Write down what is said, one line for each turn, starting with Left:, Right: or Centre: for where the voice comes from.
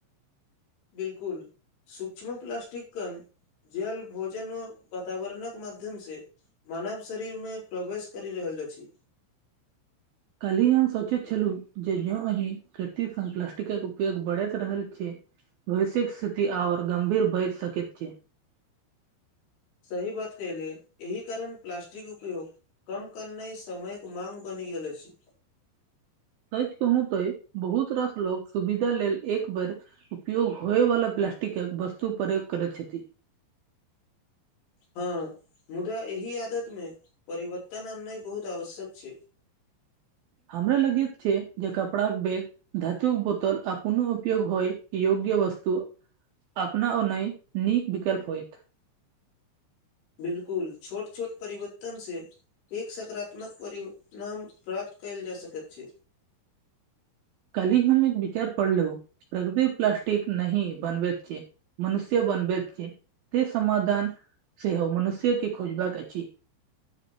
Left: बिलकुल सूक्ष्म प्लस्टिक कन जल भोजन वातावरणक माध्यम से मानव शरीरमे प्रवेश करि रहल अछि।
Right: काल्हि हम सोचैत छलहुँ जे जँ अही खेतीसँ प्लास्टिकक उपयोग बढ़ैत रहल छै। भविष्यक स्थिति आर गंभीर भऽ सकैत छै।
Left: सही बात कहलहुँ, एहि कारण प्लास्टिकक उपयोग। कम करना ही समयक माँग बनि गेल छै।
Right: सच कहू तऽ बहुत तरहक लोक सुविधा लेल एक बेर उपयोग होएवाला प्लास्टिकक वस्तु प्रयोग करैत छथि।
Left: हँ, मुदा एहि आदतिमे परिवर्तन अननाइ बहुत आवश्यक छै।
Right: हमरा लगैत छै जे कपड़ाक बैग धातुक बोतल आ पुन उपयोग होय योग्य वस्तु। अपना ओ नीक विकल्प होइत।
Left: बिल्कुल छोट-छोट परिवर्तनसँ। एक सकारात्मक परिणाम प्राप्त कऽ सकैत छी।
Right: काल्हि हम एक विचार पढ़लहुँ, प्रकृति प्लास्टिक नहि बनबैत छै। मनुष्य बनबैत छै, से समाधान सेहो मनुष्यके खोजबाक अछि।